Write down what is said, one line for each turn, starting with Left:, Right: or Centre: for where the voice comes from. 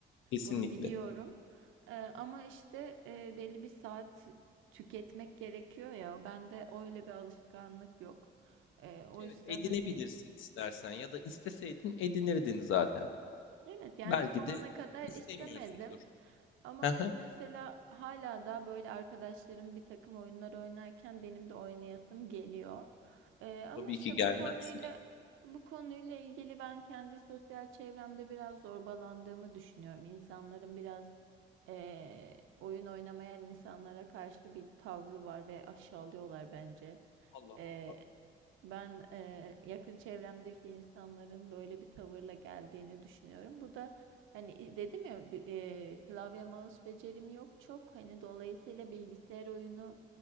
Left: Kesinlikle.
Right: Bunu biliyorum. Ee, ama işte e, belli bir saat tüketmek gerekiyor ya. Bende öyle bir alışkanlık yok. Ee, o
Left: Evet,
Right: yüzden
Left: edinebilirsin
Right: hani
Left: istersen ya da isteseydin edinirdin zaten.
Right: evet yani
Left: Belki
Right: bu zamana
Left: de
Right: kadar
Left: istemiyorsundur.
Right: istemedim. Ama
Left: Haha,
Right: hani mesela hala da böyle arkadaşlarım bir takım oyunlar oynarken benim de oynayasım geliyor. Ee, ama
Left: Tabii
Right: işte
Left: ki gelmez
Right: bu konuyla
Left: mi?
Right: bu konuyla ilgili ben kendi sosyal çevremde biraz zorbalandığımı düşünüyorum. İnsanların biraz eee, oyun oynamayan insanlara karşı bir tavrı var ve aşağılıyorlar bence.
Left: Allah
Right: Eee
Left: Allah.
Right: ben eee, yakın çevremdeki insanların böyle bir tavırla geldiğini düşünüyorum. Bu da hani dedim ya bi- eee, klavye mouse becerim yok çok. Hani dolayısıyla bilgisayar oyunu